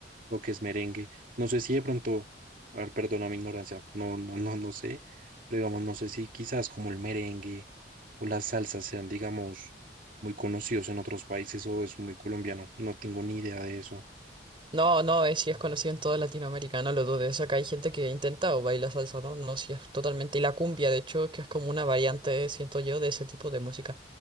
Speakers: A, on the right; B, on the right.
A: lo que es merengue. No sé si de pronto, a ver, perdona mi ignorancia, no, no, no, no sé, pero digamos, no sé si quizás como el merengue o las salsas sean, digamos, muy conocidos en otros países o es muy colombiano. No tengo ni idea de eso.
B: No, no, es, sí es conocido en toda Latinoamérica, no lo dudes. Acá hay gente que intenta o baila salsa, no, no, sí es totalmente. Y la cumbia, de hecho, que es como una variante, siento yo, de ese tipo de música.